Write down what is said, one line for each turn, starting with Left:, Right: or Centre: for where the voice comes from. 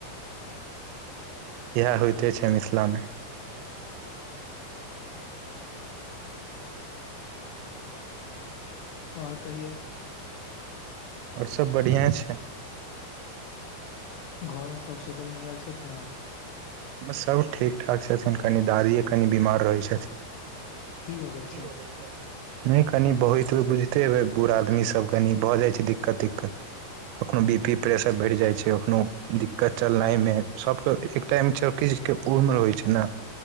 Right: इएह होइते छै मिथिला मे।
Left: आओर कहियौ।
Right: आओर सब बढ़िआँ छै।
Left: घर मे सब सुकल मंगल छथि न
Right: आ सब ठीक ठाक छथिन कनि दादिये कनि बीमार रहै छथिन।
Left: हो गेल
Right: की
Left: छै
Right: होवे छ नै कनि भोईत ह बुझिते हबै बूढ़ आदमीसब कनि भऽ जाइत छै दिक्कत तिक्कत। अपन बी पी प्रेशर बढ़ि जाइ छै अखनो दिक्कत चलनाइमे सबके एकटाइ छौ किछ के उर्मे होइ छै न।